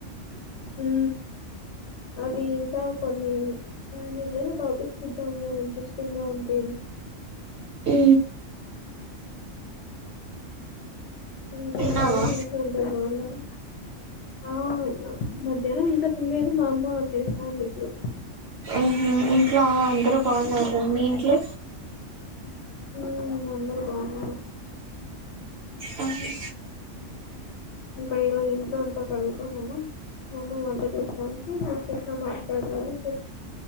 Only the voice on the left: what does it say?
ఉ అది ఇంకా కొన్ని ఏదైనా టాపిక్ చూద్దాము ఇంట్రెస్టింగ్ గా ఉంటేది
ఇంకేంటి
కానీ ఇంట్లో అందరు బాగున్నార ఆ మధ్యాహ్నం ఇంకా తిన్లేదు మా అమ్మ చేస్తాంది ఇప్పుడు
ఉమ్ అందరు బాగున్నారు
ఇంకా ఈరోజు ఇంట్లో అంతా కడుగుతాన్నాము మామ్మ వంట చేస్తాంది ఊరికే అట్లా మాట్లాడదమని